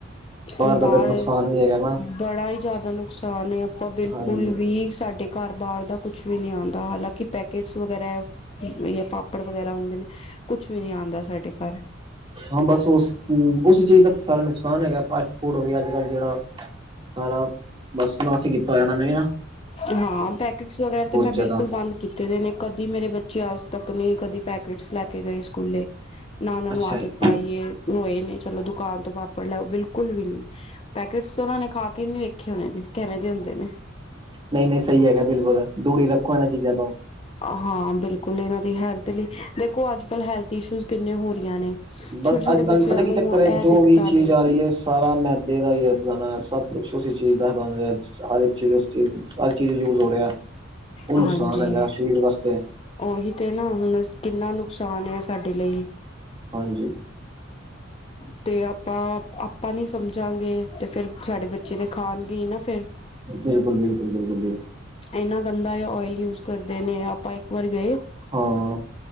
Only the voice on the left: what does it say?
ਹੁਣ ਬਾਹਰ
ਬੜਾ ਹੀ ਜ਼ਿਆਦਾ ਨੁਕਸਾਨ ਏ ਆਪਾਂ ਬਿਲਕੁਲ
ਵੀ ਸਾਡੇ ਘਰ ਬਾਹਰ ਦਾ ਕੁਛ ਵੀ ਨਹੀਂ ਆਉਂਦਾ ਹਾਲਾਂਕਿ ਪੈਕਟਸ ਵਗੈਰਾ ਯਾਂ ਪਾਪੜ ਵਗੈਰਾ ਹੁੰਦੇ ਨੇ। ਕੁਛ ਵੀ ਨਹੀਂ ਆਉਂਦਾ ਸਾਡੇ ਘਰ
ਹਾਂ ਪੈਕਟਸ ਵਗੈਰਾ ਤੇ ਮੈਂ
ਬਿਲਕੁਲ ਬੰਦ ਕੀਤੇ ਦੇ ਨੇ ਕਦੀ ਮੇਰੇ ਬੱਚ ਚੇ ਅੱਜ ਤੱਕ ਨਹੀਂ ਕਦੇ ਪੈਕੇਟਸ ਲੈ ਕੇ ਗਏ ਸਕੂਲੇ ਨਾ ਉਹਨਾਂ ਨੂੰ
ਆਦਤ
ਪਾਈਏ। ਹੋਏ ਨੇ ਚਲੋ ਦੁਕਾਨ ਤੋਂ ਪਾਪੜ ਲੈਓ ਬਿਲਕੁਲ ਵੀ ਨੀ ਪੈਕਟਸ ਉਹਨਾਂ ਨੇ ਖਾ ਕੇ ਕਿੰਨੇ ਵੇਖੇ ਹੋਣੇ ਜੇ ਕੈਵੇਂ ਜੇ ਹੁੰਦੇ ਨੇ।
ਹਾਂ ਬਿਲਕੁਲ ਇਹਨਾਂ ਦੀ ਹੈਲਥ ਲਈ ਦੇਖੋ ਅੱਜ ਕੱਲ ਹੈਲਥ ਇਸ਼ੂਜ ਕਿੰਨੇ ਹੋ ਰਹੀਆਂ ਨੇ।
ਛੋਟੇ ਛੋਟੇ
ਬੱਚਿਆਂ
ਨੂੰ
ਇਹ
ਦਿੱਕਤਾਂ
ਨੇ
ਹਾਂਜੀ
ਉਹੀ ਤੇ ਨਾ ਹੁਣ ਕਿੰਨਾ ਨੁਕਸਾਨ ਹੈ ਸਾਡੇ ਲਈ
<inaudible> ਤੇ ਆਪਾਂ- ਆਪਾਂ ਨੀ ਸਮਝਾਂਗੇ ਤੇ ਫਿਰ ਸਾਡੇ ਬੱਚੇ ਤੇ ਖਾਣਗੇ ਹੀ ਨਾ ਫਿਰ
ਇੰਨਾ ਗੰਦਾ ਓਇਲ ਯੂਜ ਕਰਦੇ ਨੇ ਆਪਾਂ ਇੱਕ ਵਾਰ ਗਏ।